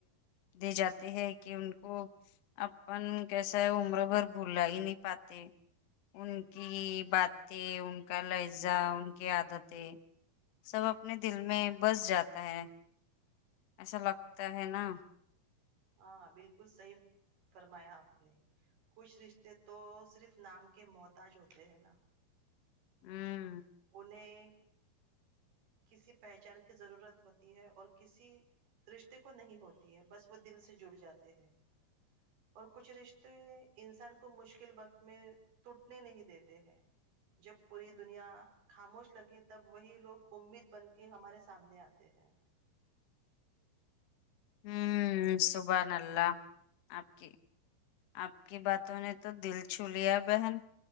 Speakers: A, on the left (about 75°); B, on the right (about 75°).
A: دے جاتے ہیں کہ ان کو اپن کیسا ہے وہ عمر بھر بھلا ہی نہیں پاتے ان کی باتیں ان کا لہجہ ان کی عادتیں سب اپنے دل میں بس جاتا ہے ایسا لگتا ہے نا
B: ہاں بالکل صحیح فرمایا آپ نے کچھ رشتے تو صرف نام کے محتاج ہوتے ہیں نا
A: وں
B: انہیں کسی پہچان کی ضرورت ہوتی ہے اور کسی رشتے کو نہیں ہوتی ہے بس وہ دل سے جڑ جاتے ہیں اور کچھ رشتے انسان کو مشکل وقت میں ٹوٹنے نہیں دیتے ہیں جب پوری دنیا خاموش لگے تب وہی لوگ امید بن کے ہمارے سامنے آتے ہیں
A: ہوں سبحان اللہ آپ کی آپ کی باتوں نے تو دل چھو لیا بہن